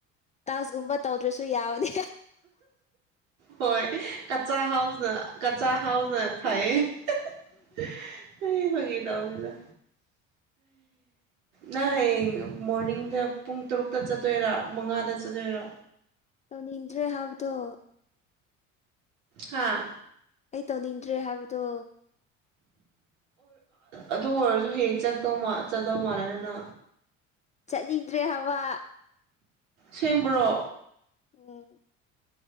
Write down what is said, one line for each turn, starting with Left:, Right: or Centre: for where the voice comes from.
Left: ꯇꯥꯁꯒꯨꯝꯕ ꯇꯧꯗ꯭ꯔꯁꯨ ꯌꯥꯎꯗꯤ
Right: ꯍꯣꯏ ꯀꯆꯥ ꯍꯥꯎꯁꯅ ꯀꯆꯥ ꯍꯥꯎꯁꯅ ꯐꯩꯌꯦ ꯇꯗ ꯅꯪ ꯍꯌꯦꯡ ꯃꯣꯔꯅꯤꯡꯗ ꯄꯨꯡ ꯇꯔꯨꯛꯇ ꯆꯠꯇꯣꯏꯔꯥ ꯃꯉꯥꯗ ꯆꯠꯇꯣꯏꯔꯥ
Left: ꯇꯅꯤ ꯏꯗ꯭ꯔꯦ ꯍꯥꯏꯥꯎꯗꯨꯣ
Right: ꯍꯥꯥ
Left: ꯑꯩ ꯇꯧꯅꯤꯡꯗ꯭ꯔꯦ ꯍꯥꯏꯕꯗꯣ
Right: ꯑꯗꯨ ꯑꯣꯏꯔꯁꯨ ꯍꯌꯦꯡ ꯆꯠꯇꯧ ꯆꯗꯧ ꯃꯥꯥꯟꯅꯅ
Left: ꯆꯠꯅꯤꯡꯗ꯭ꯔꯦ ꯍꯥꯕ
Right: ꯁꯕ꯭ꯔꯣ
Left: ꯎꯝ